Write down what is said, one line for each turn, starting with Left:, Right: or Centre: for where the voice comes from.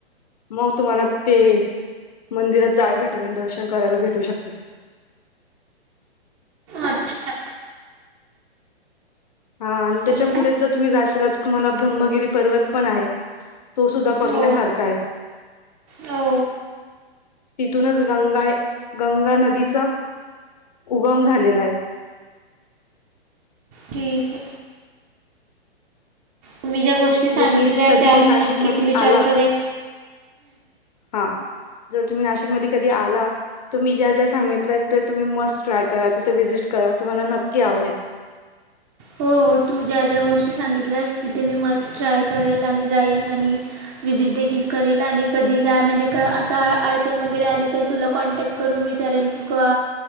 Left: मग तुम्हाला ते मंदिरात जायला भेटत. त्यांनतर दर्शन करायला भेटू शकते.
Right: अच्छा!
Left: हा आणि त्याच्या
Right: अजून काय?
Left: पुढेच जर तुम्ही जाशला तर तुम्हाला ब्रम्म्हगिरी पर्वत पण आहे. तो सुद्धा बघण्यासारखा
Right: हो
Left: आहे.
Right: हो
Left: तिथूनच गंगा गंगा नदीचा उगम झालेला आहे.
Right: ठीक आहे. तुम्ही ज्या गोष्टी सांगितल्या
Left: जर तुम्ही कधी
Right: त्यावर
Left: पण नाशिकमध्ये
Right: मी नक्कीच विचार
Left: आला
Right: करेल.
Left: हा. जर तुम्ही नाशिक मध्ये कधी आला तर मी ज्या ज्या सांगितल्या तुम्ही मस्ट ट्राय करा तिथे व्हीजिट करा तुम्हाला नकी आवडेल. <unintelligible>
Right: हो हो. तू ज्या-ज्या गोष्टी सांगितल्यास तिथे मी मस्ट ट्राय करेल आणि जाईन आणि विजिट देखील करेल आणि कधी काय म्हणजे असा अडचण वगैरे आली तर तुला कॉन्टॅक्ट करून मी विचारेल की का